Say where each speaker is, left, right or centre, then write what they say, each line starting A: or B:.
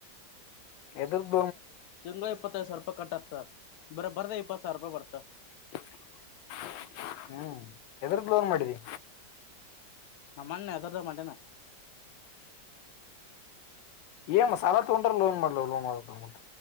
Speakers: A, on the left; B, on the left.
A: ಎದುರು
B: ತಿಂಗಳಿಗೆ ಇಪ್ಪತ್ತೈದು ಸಾವರ ರೂಪಾಯಿ ಕಟ್ ಆಗ್ತ ಬರ ಬರ್ದ ಇಪತ್ತು ಸಾವಿರ ರೂಪಾಯಿ ಬರ್ತಾ
A: <inaudible> ಹ್ಮ್ ಎದರದ್ ಲೋನ್ ಮಾಡಿದೀ
B: ನಮ್ಮಣ್ಣ ಎದುರೊದೊ ಮಾಡನಾ
A: ಏನ್ ಸಾಲ ತಗೊಂಡ್ರ ಲೋನ್ ಮಾಡ್ಲವ್ ಲೋನ್ ಮಾಡಬೇಕ